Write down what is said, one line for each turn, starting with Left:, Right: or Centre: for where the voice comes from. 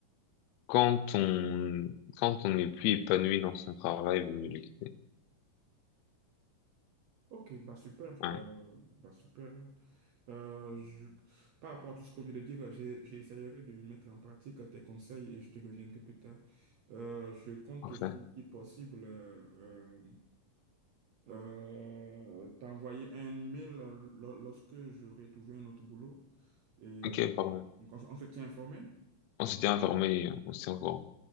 Left: quand on quand on n'est plus épanoui dans son travail, il vaut mieux le quitter.
Right: Ok, bah super,
Left: Ouais,
Right: euh, bah super. Euh, je- par rapport à tout ce que je viens de dire, j'ai- j'essaierai de mettre en pratique tes conseils et je te reviendrai plus tard. Euh, je compte
Left: parfait.
Right: aussi, si possible, euh, euh, euh, t'envoyer un mail lo- lorsque j'aurai trouvé un autre boulot. Et
Left: Ok, pardon.
Right: donc, on, s- on se tient informé.
Left: On s'était informé, on s'est encore.